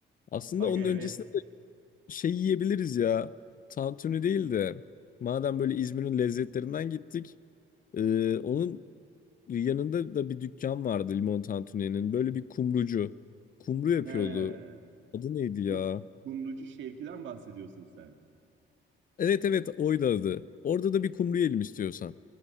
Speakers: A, on the left (about 45°); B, on the right (about 70°).
A: Aslında
B: Aga
A: onun
B: evet.
A: öncesinde şey yiyebiliriz ya. Tantuni değil de madem böyle İzmir'in lezzetlerinden gittik. e, onun yanında da bir dükkan vardı limon tantuni'nin. Böyle bir kumrucu. Kumru yapıyordu.
B: He.
A: Adı neydi ya?
B: Ku- Kumrucu Şevki'den bahsediyorsun sen.
A: Evet evet oydu adı. Orada da bir kumru yiyelim istiyorsan.